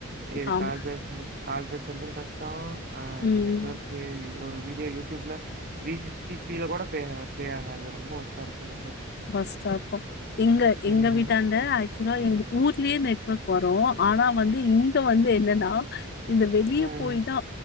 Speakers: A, on the right (about 45°); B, on the left (about 50°).
A: இது
B: ஆமா
A: கால் பேசும் போது கால் பேசுறது கஷ்ட ஆ
B: ம்
A: நெட்வொர்க்கு இ ஒரு வீடியோ யூடியூப்ல த்ரீ சிக்ஸ்டி பி ல கூட பே பே ஆகாது ரொம்ப ஒஸ்ட்டா இருக்கு நெட்வொர்க்
B: பஸ்ட்டா இருக்கு எங்க
A: ம்
B: எங்க வீட்டான்ட ஆக்சுலா எங்க ஊர்லேயே நெட்வொர்க் போறோ ஆனா வந்து இங்க வந்து என்னன்னா இந்த வெளியே
A: ம்
B: போயி தா